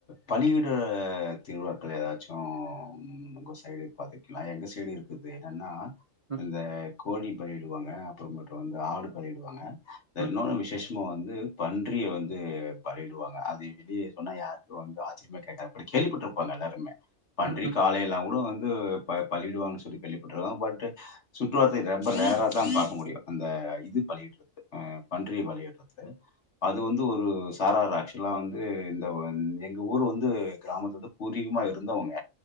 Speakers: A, on the left; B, on the right.
A: பலியிடுற திருவிழாக்கள் ஏதாச்சு உங்க சைடு பாத்திருக்கலா எங்க சைடு இருக்குது என்னன்னா
B: ம்
A: இந்த கோழி பலியிடுவாங்க அப்பறமேட்டு வந்து ஆடு பலியிடுவாங்க அந்த
B: ம்
A: இன்னொன்னு விசேஷ ம் வந்து பன்றிய வந்து பலியிடுவாங்க அது வெளிய சொன்னா யாருக்கு வந்து ஆச்சிரியமா கேட்டாப்டி கேள்விப்பட்டுருப்பாங்க எல்லாருமே பன்றி
B: ம்
A: காலேல அவ்ளோ வந் து ப பலியிடுவாங்கன்னு சொல்லி கேள்விபற்றுக்கே பட் சுற்று வட்டாரத்துல ரொம்ப ரேரா தா பாத் முடியு அந்த இது பலியிட்டுறது ஆ பன்றிய பலியிடுறது அது வந்து ஒரு தாரவராஜ் ஆக்சுவலா வந்து இந்த எங்க ஊர் வந்து கிராமத்து வந்து பூர்வீகமாக இருந்தவங்க